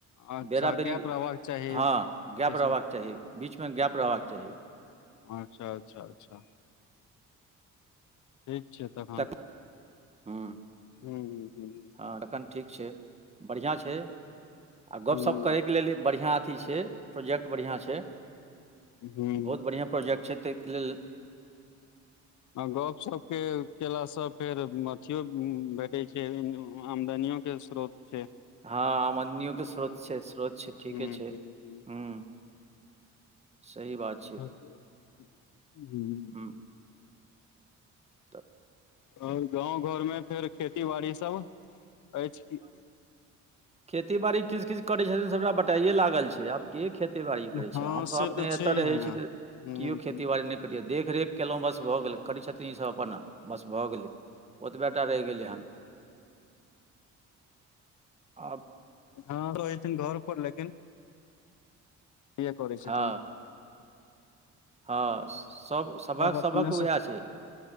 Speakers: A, on the left; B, on the right.
A: अच्छा
B: बेराबरी
A: गैप रहबाक चाही
B: हँ गैप
A: जैसे
B: रहबाक चाही बीचमे गैप रहबाक चाही।
A: अच्छा अच्छा अच्छा ठीक छै तखन
B: तक हँ
A: हुँ हुँ हुँ
B: हँ तखन ठीक छै बढ़िआँ छै आओर
A: हूँ
B: गपशप करैके लेल बढ़िआँ अथी छै प्रोजेक्ट बढ़िआँ छै
A: हूँ हूँ
B: बहुत बढ़िआँ प्रोजेक्ट छै ताहिके लेल
A: ह गपशपके केलासँ फेर अथियो भेटैत छै आमदनियोके स्रोत। से
B: हँ आमदनियओ के स्रोत छै स्रोत छै ठीके
A: हूँ
B: छै
A: हूँ
B: ह। सही बात
A: <unintelligible>
B: हूँ तऽ
A: आओर गाँंव घर मे फेर खेती बाड़ी सब अछि की
B: तै बारी कीच कीच करै छथिन सबटा बटाइये लागल छै आब के खेती बाड़ी करे
A: हँ
B: छै हमसब
A: से
B: अपने
A: तऽ छैहे
B: एतऽ रहे
A: हूँ
B: छी तऽ
A: हूँ
B: कियो खेती बाड़ी ने देखरेख केलहुँ बस भऽ गेलै छथीन इ सब अपन बस भऽ गेलै ओतबटा रहि गेलै हन। आब
A: हँ तऽ रेहोथिन घर पर लेकिन। करै छथिन
B: हँ हँ सभ सभक
A: अब
B: सभक
A: अपनेसँ,
B: उएह छै